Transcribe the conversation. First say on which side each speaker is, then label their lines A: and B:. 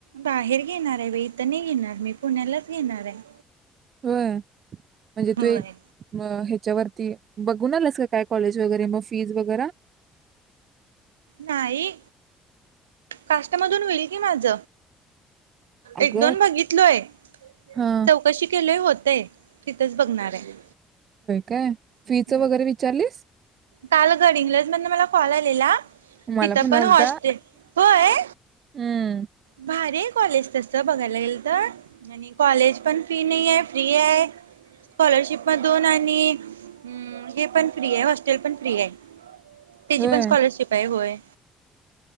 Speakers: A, on the right; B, on the right.
A: बाहेर घेणार आहे व इत नाही घेणार मी पुण्यालाच घेणार आहे
B: होय म्हणजे तू
A: होय.
B: एक ह्याच्यावरती बघून आलास का काय कॉलेज वगैरे मग फीज वगैरे
A: नाही काष्टामधून होईल कि माझ
B: अगं
A: एक दोन बघितलो आहे
B: हा
A: चौकशी केली होत तिथंच बघणार आहे
B: काय फीच
A: हम्म.
B: वगैरे विचारलीस
A: काल गड इंगलंज म्हण मला कॉल आलेला
B: मला
A: तिथं पण
B: आलता
A: हॉस्ते होय
B: हम्म
A: भारीक कॉलेज तस बघायला गेलं तर आणि कॉलेज पण फी नाही आहे फ्री आहे स्कॉलरशिप म दोन आणि हे पण फ्री आहे ण फ्री आहे त्याची
B: होय
A: पण स्कॉलरशिप आहे होय